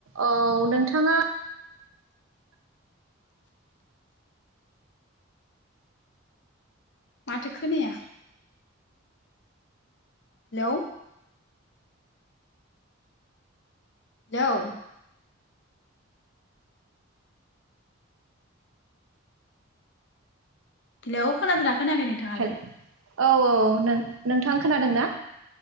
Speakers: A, on the right; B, on the left.
A: औ नोंथाङा
B: माथो खोनाया हेलौ, हेलौ हेलौ खोनादोंना खोनाखै नोंथाङालाय
A: हेल औ औ नोंथां खोनादों ना